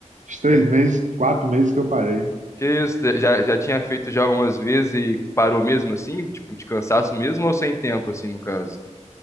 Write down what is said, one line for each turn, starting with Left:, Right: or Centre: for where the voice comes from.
Right: uns três meses, quatro meses que eu parei.
Left: Que isso? Você Já, já tinha feito já algumas vezes e parou mesmo assim? Tipo, de cansaço mesmo ou sem tempo, assim, no caso?